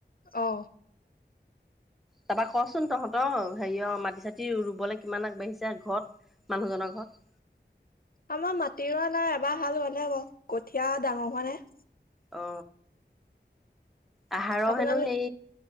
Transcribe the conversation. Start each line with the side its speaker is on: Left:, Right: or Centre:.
Left: অ'।
Centre: তাৰপৰা কচোন তহঁতৰ হেৰি অ' মাটি চাতি ৰুবলৈ কিমান আগবাঢ়িছে ঘৰত? মানুহজনৰ ঘৰত?
Left: আমাৰ মাটি ৰোৱা নাই এবাৰ হাল বলে বাৰু, কঠিয়া ডাঙৰ হোৱা নাই।
Centre: অঁ। আহাৰৰ
Left: আপোনালোক
Centre: হেনো সেই